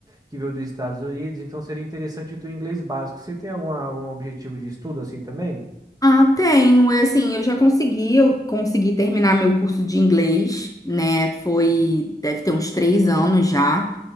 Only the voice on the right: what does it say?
que veio dos Estados Unidos, então seria interessante o teu inglês básico. Você tem alguma, algum objetivo de estudo assim também?